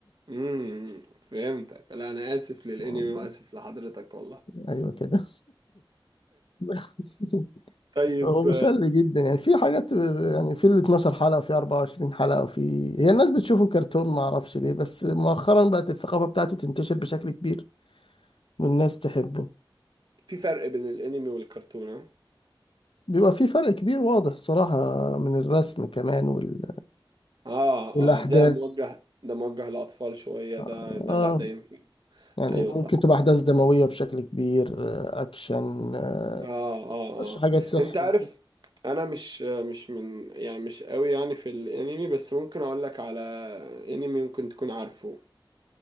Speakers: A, on the right; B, on the left.
A: امم فهمتك لا انا اسف للانمي
B: آه،
A: واسف لحضرتك والله
B: ايوه كده <laughs>
A: <laughs> طيب
B: هو مسلي جدا يعني في حاجات يعني في ال 12 حلقة وفي 24 حلقة وفي هي الناس بتشوفه كرتون ما اعرفش ليه بس مؤخرا بقت الثقافة بتاعته تنتشر بشكل كبير والناس تحبه
A: في فرق بين الانمي والكرتون ها؟
B: بيبقى في فرق كبير واضح صراحة من الرسم كمان وال...
A: اه
B: والأحداث
A: اه ده موجه ده موجه للاطفال شويه
B: آه
A: ده ده
B: آه،
A: لا ده ينفع
B: يعني
A: ايوه
B: ممكن
A: صح
B: تبقى أحداث دموية بشكل كبير آه، أكشن آه،
A: اه اه
B: مش
A: اه
B: حاجات سحر
A: انت عارف انا مش مش من يعني مش قوي يعني في الانمي بس ممكن اقول لك على انمي ممكن تكون عارفه